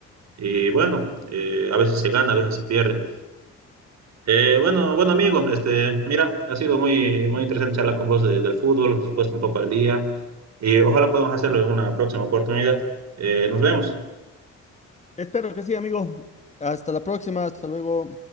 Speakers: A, on the right; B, on the left.
A: Y bueno, eh, a veces se gana, a veces se pierde. Eh, bueno, bueno, amigos este, mira, ha sido muy, muy interesante charlar con vos de- del fútbol, nos has puesto un poco al día. Y ojalá podamos hacerlo en una próxima oportunidad. Eh, nos vemos.
B: Espero que sí, amigo. Hasta la próxima, hasta luego.